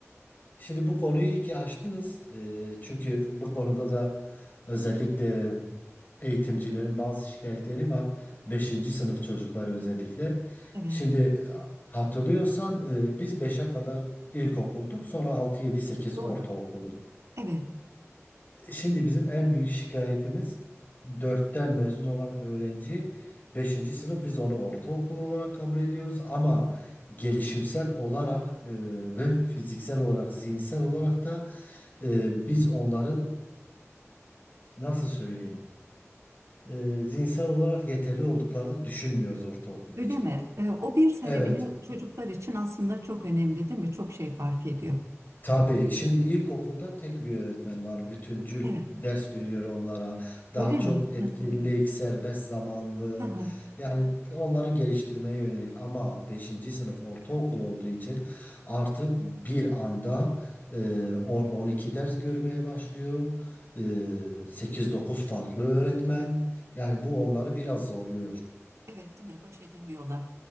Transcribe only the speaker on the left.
Şimdi bu konuyu iyi ki açtınız. Ee, Çünkü bu konuda da özellikle eğitimcilerin bazı şikayetleri var. Beşinci sınıf çocukları özellikle.
Şimdi hatırlıyorsan e, biz beşe kadar ilkokulduk. Sonra 6, 7, 8
ortaokuldu.
Şimdi bizim en büyük şikayetimiz dörtten mezun olan öğrenci beşinci sınıf biz onu ortaokul olarak kabul ediyoruz ama gelişimsel olarak e, ve fiziksel olarak zihinsel olarak da e, biz onların nasıl söyleyeyim e, zihinsel olarak yeterli olduklarını düşünmüyoruz ortaokul
için.
Evet.
Tabii şimdi ilkokulda tek bir öğretmen var. Bütüncül
ders veriyor onlara. Daha
çok
etkinlik,
serbest zamanlı.
Yani onları geliştirmeye yönelik ama beşinci sınıf ortaokul olduğu için artık bir anda e, 10-12 ders görmeye başlıyor. E, 8-9 farklı öğretmen.
Yani bu onları biraz zorluyor.